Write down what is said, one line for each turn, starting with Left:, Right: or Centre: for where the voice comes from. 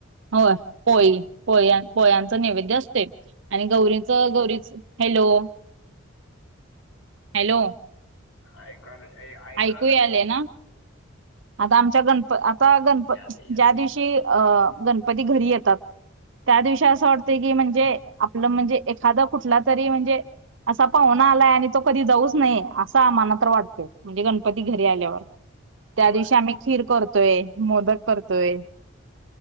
Right: होय. पोळी, पोळ्या पोळ्यांचा नैवेद्य असतोय आणि गौरींच. हॅलो. हॅलो.
Left: आयकालोय. ए आयकालोय.
Right: ऐकू यायलय ना आता आमच्या गणप आ. आता गणपती,
Left: यालय यालय
Right: ज्या दिवशी. अ गणपती घरी येतात, त्या दिवशी असं वाटतं. म्हणजे
Left: हम्म
Right: आपलं म्हणजे. एखादा कुठला तरी म्हणजे, असा पाहुणा आलाय आणि तो कधी जाऊच नाहीय. अस. अस आम्हाला तर वाटतय. म्हणजे गणपती घरी आल्यावर त्या
Left: बर
Right: दिवशी आम्ही खीर करतो. मोदक, करतोय.